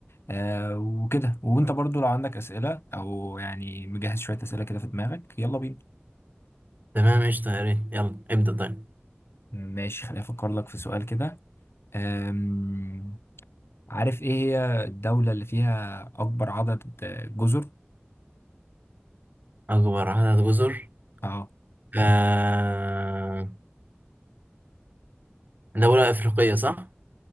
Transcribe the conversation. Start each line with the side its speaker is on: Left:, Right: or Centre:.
Left: آه وكده وانت برضو لو عندك اسئله او يعني مجهز شويه اسئله كده في دماغك يلا بينا
Right: تمام قشطة يا ريت يلا ابدأ طيب
Left: ماشي خليني افكر لك في سؤال كده آم، عارف ايه هي الدوله اللي فيها اكبر عدد جزر
Right: اكبر عدد جزر
Left: اه
Right: آه... دولة افريقية صح